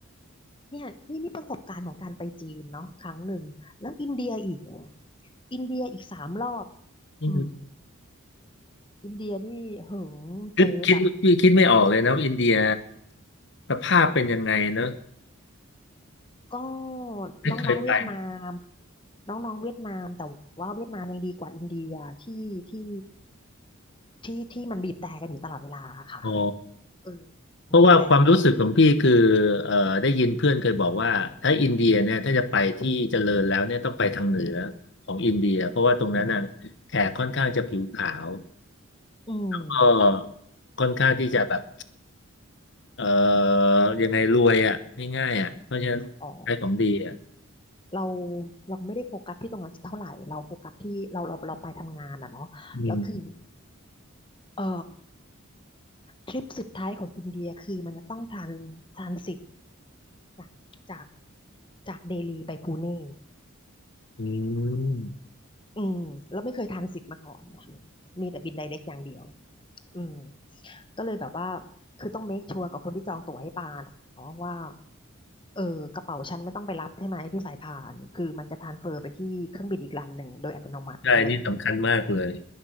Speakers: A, on the left; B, on the left.
A: เนี่ยนี่นี่ประสบการณ์ของการไปจีนเนาะครั้งหนึ่งแล้วอินเดียอีกอินเดียอีกสามรอบ
B: อืม
A: อืมอินเดียนี่เหิงเจอแบบ
B: คิดคิด่คิดไม่ออกเลยนะว่าอินเดียสภาพเป็นยังไงเนอะ
A: ก็
B: ไม่เคยไป
A: น้องๆเวียดนามน้องๆเวียดนามแต่ว่าเวียดนามยังดีกว่าอินเดียที่ที่ที่ที่มันบีบแตรกันอยู่ตลอดเวลาค่ะ
B: อ๋อ
A: เออ
B: เพราะว่าความรู้สึกของพี่คือ
A: บีบแต่กันอยู่ตลอด
B: เอ่อได้ยินเพื่อนเคยบอกว่าถ้าอินเดียเนี่ยถ้าจะไปที่เจริญแล้วเนี่ยต้องไปทางเหนือของอินเดียเพราะว่าตรงนั้นน่ะแขกค่อนข้างจะผิวขาว
A: อืม
B: ก็ค่อนข้างที่จะแบบเอ่อยังไงรวยอ่ะง่ายๆอ่ะเพราะฉะนั้นใช้ของดีอ่ะ
A: อ๋อเราเราไม่ได้โฟกัสที่ตรงนั้นเท่าไหร่เราโฟกัสที่เราเราเราไปทำงานอ่ะเนาะแล้วคือ
B: อืม
A: เออ ทริปสุดท้ายของอินเดียคือมันจะต้องทรานทรานสิตจากจากจากเดลีไปพูเน่
B: อืม
A: อืมแล้วไม่เคยทรานสิตมาก่อนนะมีแต่บินไดเรกอย่างเดียวอืมก็เลยแบบว่าคือต้องเมคชัวร์กับคนที่จองตั๋วให้ปาเนาะว่าเออกระเป๋าฉันไม่ต้องไปรับใช่ไหมที่สายพานคือมันจะทรานสเฟอร์ไปที่เครื่องบินอีกลำหนึ่งโดยอัตโนมัติอะไรอย่างเงี้ย
B: ใช่นี่สำคัญมากเลย